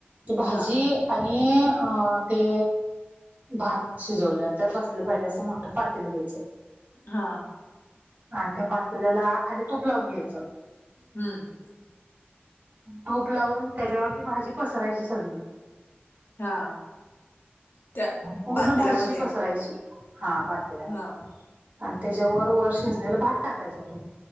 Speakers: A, on the right; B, on the left.
A: ती भाजी
B: हा
A: आणि अ ते भात शिजवले त्यात बसलं पाहिजे. असं मोठं पातील घ्यायचं.
B: हां.
A: आणि त्या पातेल्याला खाली. तूप लावून घ्यायचं.
B: हम्म
A: तूप लावून त्याच्यावरती भाजी पसरायची सगळी.
B: हा त्या
A: पूर्ण
B: पातेलामध्ये
A: भाजी पसरायची. हा भात दिल्या
B: हा
A: आणि त्याच्यावर वर शिजलेला भात टाकायचा तो.